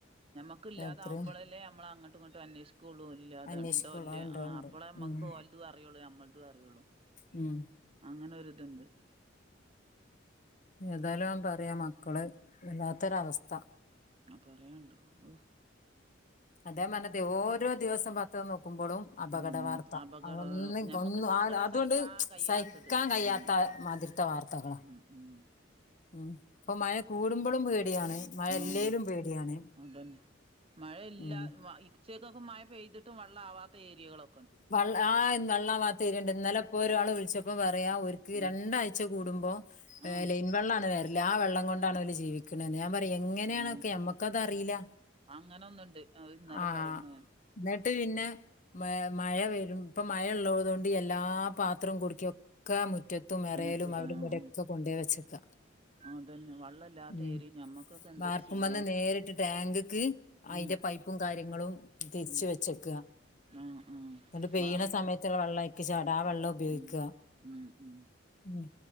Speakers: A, on the right; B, on the left.
A: ഞമ്മക്ക് ഇല്ലാതാവുമ്പളല്ലേ
B: എത്രയും
A: ഞമ്മളങ്ങട്ടു ഇങ്ങട്ടും അന്വേഷി കൂളു ഇല്ല്യാതെ
B: അന്വേഷിക്കുള്ളൂ
A: ഇണ്ടോ ഇല്ലേ
B: അതുണ്ട്
A: ആഹ്
B: അതുണ്ട്
A: അപ്പളേ മ്മക്ക്
B: ഉം
A: ഓൽതും അറിയൊള്ളൂ ഞമ്മള്തു അറിയൊള്ളൂ
B: ഉം
A: അങ്ങനൊര്ത്ണ്ട്
B: ഏതായാലും ഞാം പറയെ മക്കളെ വല്ലാത്തൊരവസ്ഥ
A: അ പറയാണ്ടോ അഹ്
B: അതാ ഞാം പർഞ്ഞതെ ഓരോ ദിവസം പത്രം നോക്കുമ്പളും അപകട
A: ഉം
B: വാർത്ത
A: അപകടം
B: അഒന്ന്
A: ഞമ്മക്ക്
B: ഒന്നു
A: സങ്കടം
B: അ അതുകൊണ്ട്
A: സഹിക്കാൻ കഴിയാത്തത്
B: സഹിക്കാൻ കഴിയാത്ത
A: ഉം
B: മാതിര്ത്തെ വാർ ത്തകളാ
A: ഉം ഉം
B: ഉം ഇപ്പ മയ കൂടുമ്പളും പേടിയാണ് മഴ
A: ആഹ്
B: ഇല്ലേലും പേടിയാണ്
A: അതന്നെ മഴയില്ലാ
B: ഉം
A: വയ് ചേക്കൊക്കെ മയ പെയ്ത്ട്ടും വള്ള ആവാത്ത ഏരിയകളൊ
B: വള്ള ആ വെള്ളാവാത്ത ഏരിയണ്ട് ഇന്നലെ ഇപ്പൊ ഒരാള് വിൾച്ചപ്പം പറയാ ഓര്ക്ക്
A: ആ
B: രണ്ടാഴ്ച കൂടുമ്പോ ഏ
A: ആ
B: ലൈൻ വെള്ളാണ് വര്ല് ആ വെള്ളം കൊണ്ടാണ് അവര് ജീവിക്കിണേന്ന് ഞാൻ പർ ഞ് എങ്ങനെണൊക്കെ
A: ആ
B: ഞമ്മക്കതറീല
A: അങ്ങനെ ഒന്നുണ്ട് ഇന്നലെ
B: ആഹ്
A: പറയുന്നു
B: ന്ന ന്നട്ട് പിന്നെ മ മഴ വരും ഇപ്പം മഴ ഇള്ളതൊണ്ട് എല്ലാ പാത്രോം കുടുക്കിം ഒ ക്കാ മുറ്റത്തും എറേലും
A: മറ്റേത്
B: അവ്ടിം
A: ആ
B: ഇവടി
A: ആ
B: ഒക്കെ കൊണ്ടയ് വെച്ചേക്കാ
A: അതന്നെ വള്ളല്ലാത്ത
B: ഉം
A: ഏരിയ ഞമ്മക്കൊക്കെ എന്തൊരു
B: വാർപ്പുമന്ന്
A: സുഖാ
B: നേരിട്ട് ട്ടാങ്കിക്ക് അയിന്റെ
A: ഉം
B: പൈപ്പും കാര്യങ്ങളും തിര്ച്ചു
A: ഉം
B: വെച്ചക്ക
A: ആഹ് ആഹ്
B: ന്നട്ട് പെയ്യ്ണ
A: വാർ
B: സമയത്ത്ള്ള വെള്ള അയിക്ക് ചാടാ ആ വെള്ള ഉപയോഗിക്ക
A: ഉം ഉം ഉം
B: ഉം